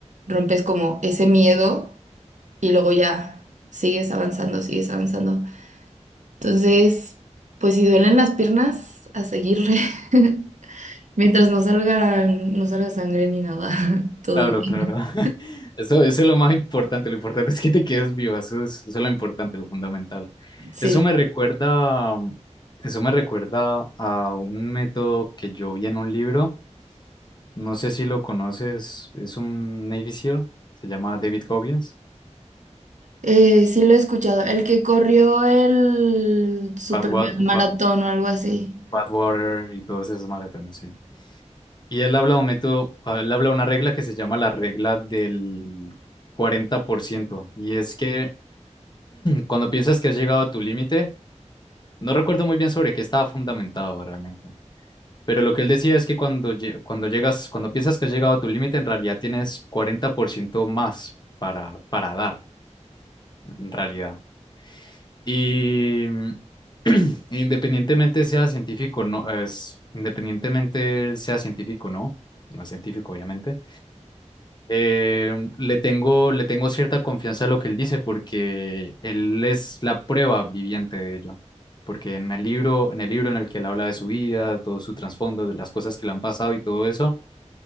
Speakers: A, on the right (about 80°); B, on the left (about 35°).
A: rompes como ese miedo y luego ya sigues avanzando, sigues avanzando. Entonces, pues si duelen las piernas, a seguirle. <laughs> Mientras no salgan, no salga sangre ni nada, <laughs> todo
B: Claro,
A: bien.
B: claro. <laughs> Eso, eso es lo más importante. Lo importante es que te quedes vivo. Eso es, eso es lo importante, lo fundamental.
A: Sí.
B: Eso me recuerda, eso me recuerda a un método que yo vi en un libro. No sé si lo conoces. Es un Navy SEAL. Se llama David Goggins.
A: Eh, sí lo he escuchado. El que corrió el super
B: Badwater,
A: mega maratón o algo así.
B: Water y todos esos maratones, sí. Y él habla de un método, él habla de una regla que se llama la regla del 40%. Y es que cuando piensas que has llegado a tu límite, No recuerdo muy bien sobre qué estaba fundamentado realmente, pero lo que él decía es que cuando, lle- cuando llegas, cuando piensas que has llegado a tu límite, en realidad tienes 40% más para, para dar, en realidad. Y mm, <clears throat> independientemente sea científico, no es, independientemente él sea científico, no, no es científico, obviamente. Eh, le tengo, le tengo cierta confianza a lo que él dice porque él es la prueba viviente de ello. Porque en el libro, en el libro en el que él habla de su vida, todo su trasfondo, de las cosas que le han pasado y todo eso,